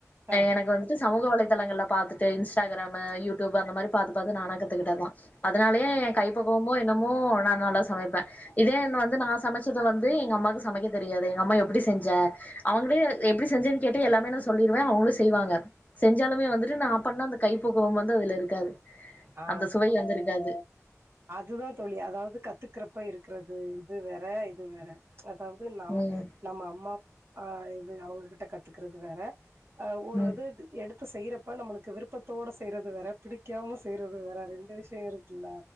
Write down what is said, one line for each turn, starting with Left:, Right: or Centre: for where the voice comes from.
Right: ஆ
Left: எனக்கு வந்துட்டு சமூக வலைதளங்கள்ல பாத்துட்டு இன்ஸ்டாகிராமு யூடியூப்பு அந்த மாதிரி பாத்து பாத்து நானா கத்து கிட்டதுத்தா அதனாலயே என் கைப்பக்குவமோ என்னமோ நா நல்லா சமைப்பே இதே ஒன்னு வந்து நா சமச்சத வந்து எங்க அம்மாவுக்கு சமைக்க தெரியாது எங்க அம்மா எப்டி செஞ்சே அவங்களே எப்டி செஞ்சேன்னு கேட்டு எல்லாமே நா சொல்லிருவே அவங்களும் செய்வாங்க செஞ்சாலுமே வந்துட்டு நா பண்ண அந்த கைப்பக்குவம் வந்து அதுல இருக்காது
Right: அ
Left: அந்த சுவை வந்து இருக்காது
Right: அதுதா தோழி அதாவது கத்துக்கிறப்ப இருக்கிறது இது வேற இது வேற அதாவது நம்
Left: ம்
Right: நம்ம அம்மா ஆ இது அவங்க கிட்ட கத்துக்கறது வேற அ ஒரு
Left: ம்
Right: இது எடுத் து செய்யறப்ப நம்மளுக்கு விருப்பத்தோட செய்யறது வேற பிடிக்காம செய்யறது வேற ரெண்டு விஷயோ இருக்குல்ல